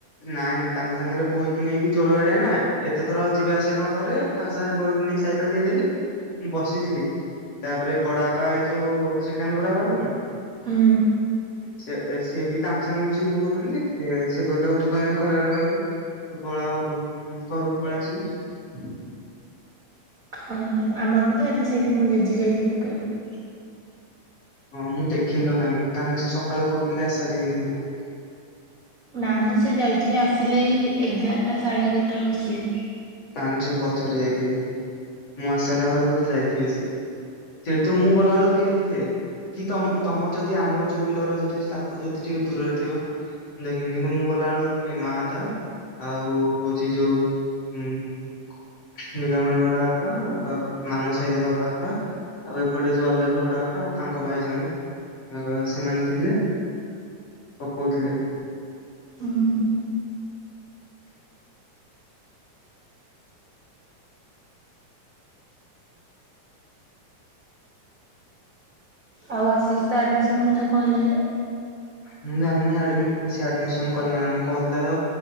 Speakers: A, on the left; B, on the right.
A: ନାଇଁ ନାଇଁ ତାଙ୍କ ସାଙ୍ଗରେ ବୋହିକି ନେଇକି ଜୋର ଗାଡିଆ ନା ଏତେଥର ଯିବା ଆସିବା କଣ କରିବେ। ତାଙ୍କ ସାଙ୍ଗରେ ବୋହିକି ନେଇକି ସାଇକେଲ ଦେଇଦେଲି। ମୁଁ ବସିଥିଲି। ତାପରେ ବଡବାପା ଏଇ ଯୋଉ ଶ୍ରୀକାନ୍ତ ବଡବାପା ନୁହେଁ ନା।
B: ହୁଁ
A: ସିଏ ସିଏ ବି ତାଙ୍କ ସାଙ୍ଗରେ ମିଶିକି ପକଉଛନ୍ତି, ସେ ସେ କହିଲେ ଆଉ ତୁ କାହିଁକି ଖରାରେ ରହିବୁ ତୁ ପଳା ଘରୁକୁ ଘରୁକୁ ପଳେଇ ଆସିଲି।
B: ହଁ ହଁ ଆମର ବି ତ ଆଜି ସେଇଠି ମୋ ଜେଜେ ଯାଇଥିଲେ ପକେଇବାକୁ।
A: ହଁ ମୁଁ ଦେଖିନି ଲୋ କାହିଁକି ତାହେନେ ସେ ସକାଳୁ ପକେଇକି ଆସି ସାରିବେଣି ବୋଧେ।
B: ନା ମ ସେ ଯାଇଥିଲେ ଆସିଲେ ଏଇ ଏଗାରଟା ସାଢେ ଏଗାରଟା ବେଳୁ ଆସିଲେ।
A: ତାହେନେ ସେ ପଛରେ ଯାଇଥିବେ ମୁଁ ଆସିସାଇଲା ପରେ ବୋଧେ ଯାଇଥିବେ ସେ। ସେଠି ତୁ ମୁଁ ଗଲାବେଳକୁ କିଏ ଥିଲେ? କି ତ ତମର ଯଦି ଆମ ଯୋଉ ବିଲ ଉରାଯୋଉଠି ଅଛି ତାକୁ ଯଦି ଟିକେ ଦୂରରେ ଥିବ। ଦେଖିନି କିନ୍ତୁ ମୁଁ ଗଲାବେଳକୁ ପ୍ରେମାଦା ଆଉ ହଉଛି ଯୋଉ ଉଁ ନୀଳମଣି ବଡବାପା ମାନସ ଭାଈ ତା ପାପା। ଆଉ ଏପଟେ ଯୋଉ ଅଲେଖ ବଡ ବାପା ଆଉ ତାଙ୍କ ଭାଇ ଜଣେ ସେମାନେ ଥିଲେ। ପକୋଉଥିଲେ।
B: ହୁଁ ହୁଁ ଆଉ ଆସିସ୍ ତା ଆଡମିସନ କଥା କଣ ହେଲା କିରେ?
A: ମୁଁ ଜାଣିନି ଆଡମି ସେ ଆଡମିସନ କଲା ନା ନାଇଁ କହୁଥିଲା ତ